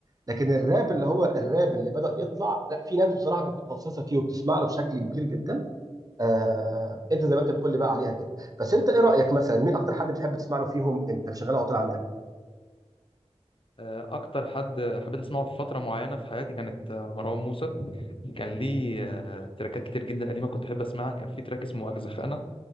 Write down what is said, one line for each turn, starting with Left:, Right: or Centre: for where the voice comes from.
Right: لكن الراب اللي هو الراب اللي بدا يطلع لا في ناس بصراحه كانت متخصصه فيه وبتسمع له بشكل كبير جدا آه انت زي ما انت بتقول لي بقى عليها كده بس انت ايه رايك مثلا مين اكتر حد بتحب تسمع له فيهم انت شغال على طول عندك
Left: آه، اكتر حد حبيت اسمعه في فتره معينه في حياتي كانت آه، مروان موسى كان ليه آه، تراكات كتير جدا قديمه كنت احب اسمعها كان في تراك اسمه اجزخانه